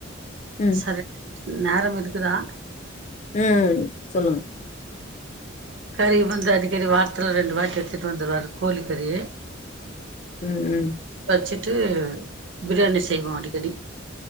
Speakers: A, on the left; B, on the right.
A: ம்,
B: சரி நேரம் இருக்குதா?
A: ம் சொல்லுங்க.
B: கறிய வந்து அடிக்கடி வாரத்துல ரெண்டு வாட்டி எடுத்துட்டு வந்துருவாரு கோழி கறி.
A: ம் ம்.
B: வச்சுட்டு பிரியாணி செய்வோ அடிக்கடி.